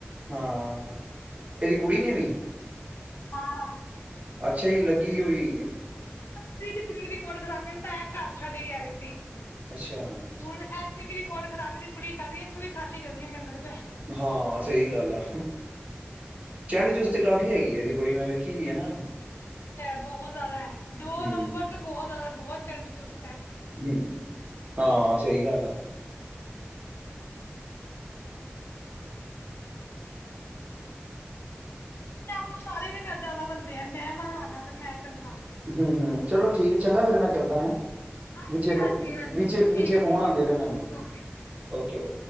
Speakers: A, on the right; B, on the left.
A: ਹਾਂ ਇਹਦੀ ਕੁੜੀ ਨੇ ਵੀ
B: ਹਾਂ
A: ਅੱਛਾ ਜੀ ਲੱਗੀ ਹੋਈ।
B: ਪੀ ਏਦੀ ਕੁੜੀ ਨੇ ਵੀ ਕੋਰਟ ਖਰਾਬੀ, ਤਾਂ ਇਹ ਤਾਂਂ ਘਰ ਛੱਡ ਕੇ ਆਏ ਸੀ।
A: ਅੱਛਾ
B: ਹੁਣ ਇੱਥੇ ਵੀ ਰਿਕਾਰਡ ਖਰਾਬ ਇਹਦੀ ਕੁੜੀ ਕਰ ਰਹੀ ਏ, ਇੱਥੋਂ ਵੀ ਖਾਲੀ ਕਰਨੀ ਏ ਮੈਨੂੰ ਲਗਦਾ।
A: ਹਾਂ, ਸਹੀ ਗੱਲ ਆ। ਚੈਂਡ ਚੂਸਤ ਤੇ ਕਾਫੀ ਹੈਗੀ ਹੈ, ਇਹਦੀ ਕੁੜੀ ਮੈਂ ਵੇਖੀ ਦੀ ਹੈ ਨਾ।
B: ਬਹੁਤ ਹੈ ਬਹੁਤ ਜ਼ਿਆਦਾ ਹੈ, ਦੋ
A: ਹੂੰ,
B: ਨੰਬਰ ਤੇ ਬਹੁਤ ਜ਼ਿਆਦਾ ਬਹੁਤ, ਚੰਡ ਚੁਸ
A: ਹੂੰ ਹਾਂ, ਸਹੀ ਗੱਲ ਆ।
B: ਤੇ ਆਪ ਨੂੰ ਸਾਰੇ, ਕਰਜ਼ਾਵਾ ਬੰਦੇ, ਆ ਮੈਂ ਮਹਾਨ ਹਾਂ ਤੇ ਮੈਂ, ਚੰਗਾ
A: ਹੂੰ-ਹੂੰ, ਚਲੋ, ਠੀਕ ਚੰਗਾ ਫੇਰ ਮੈਂ ਕਰਦਾ ਹੈਂ।
B: ਹਾਂਜੀ
A: ਵਿੱਚੇ
B: ਹਾਂਜੀ ਹਾਂਜੀ ਠੀਕ
A: ਵਿੱਚੇ
B: ਹੈ
A: ਫੋਨ
B: ਠੀਕ
A: ਆਦੇ
B: ਹੈ
A: ਪਏ ਮੈਨੂੰ,
B: ਓਕੇ
A: ਕਿਉ,